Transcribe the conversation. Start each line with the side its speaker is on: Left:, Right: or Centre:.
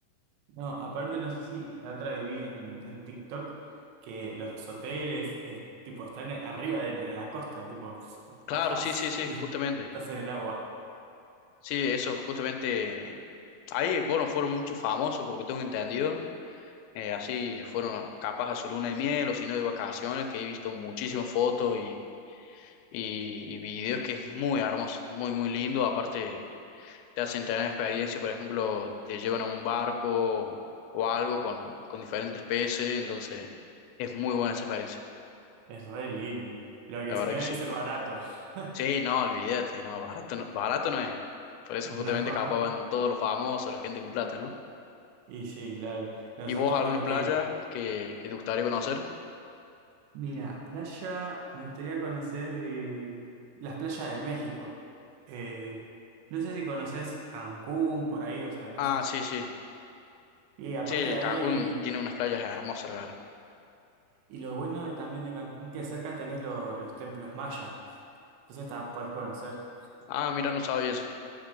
Right: No, aparte no sé si la otra vez vi en, en TikTok que los hoteles eh, tipo están arriba de, en la costa, tipo bajás
Left: Claro, sí, sí, sí,
Right: y
Left: justamente.
Right: estás en el agua.
Left: Sí, eso, justamente. Ahí, bueno, fueron muchos famosos, porque tengo entendido, Eh, así fueron capaz a su luna de miel o si no de vacaciones, que he visto muchísimas fotos y, y, y videos que es muy hermoso, muy, muy lindo. Aparte, te hacen tener experiencia, por ejemplo, te llevan a un barco o algo con, con diferentes peces, entonces es muy buena esa experiencia,
Right: Es re lindo. Lo que
Left: la
Right: si
Left: verdad
Right: no
Left: que
Right: debe
Left: sí.
Right: ser barato. <laughs>
Left: Sí, no, olvídate, no, barato no, barato no es. Por eso
Right: No.
Left: justamente capaz van todos los famosos, la gente con plata, ¿no?
Right: Y sí, claro. Nosotros
Left: ¿Y vos algunas
Right: tenemos
Left: playas
Right: que ir.
Left: que, que te gustaría conocer?
Right: Mira, playa, me gustaría conocer eh, las playas de México. Eh, no sé si conoces Cancún por ahí, o sea, no
Left: Ah,
Right: sé.
Left: sí, sí.
Right: Y aparte
Left: Sí,
Right: ahí
Left: Cancún
Right: hay
Left: tiene unas playas hermosas, la verdad.
Right: Y lo bueno de, también de Cancún, que cerca tenés lo- los templos mayas. Entonces tá, podés conocer.
Left: Ah, mira, no sabía eso.